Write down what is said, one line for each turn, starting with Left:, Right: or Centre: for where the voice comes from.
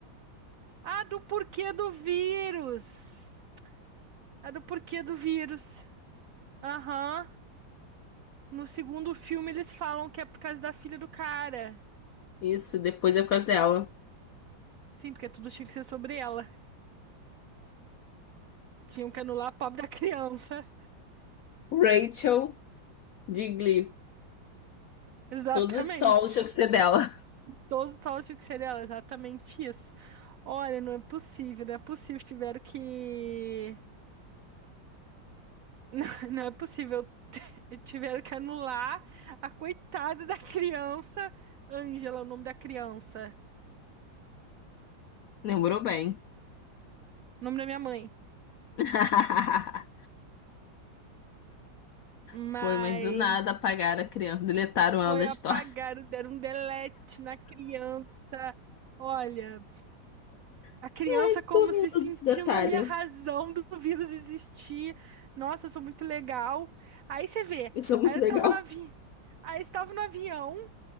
Right: Ah, do porquê do vírus. Ah, do porquê do vírus. Aham. No segundo filme eles falam que é por causa da filha do cara.
Left: Isso, depois é por causa dela.
Right: Sim, porque tudo tinha que ser sobre ela. Tinham que anular a pobre da criança.
Left: Rachel de Glee.
Right: <laughs> Exatamente.
Left: Todos os solos tinham que ser dela.
Right: Todos os salas de cereal, exatamente isso. Olha, não é possível, não é possível. Tiveram que. <laughs> Não, não é possível. <laughs> Tiveram que anular a coitada da criança. Ângela, é o nome da criança.
Left: Lembrou bem.
Right: O nome da minha mãe.
Left: <laughs> Foi,
Right: Mas
Left: mas do nada apagaram a criança, deletaram ela
Right: foi
Left: da história.
Right: apagar, deram um delete na criança. Olha. A
Left: <laughs>
Right: criança
Left: Ai,
Right: como
Left: Tô rindo
Right: se sentindo
Left: desse detalhe.
Right: ali a razão do vírus existir. Nossa, isso é muito legal. Aí você vê,
Left: Isso é muito
Right: aí eu
Left: legal.
Right: estava no avi... aí eu estava no avião.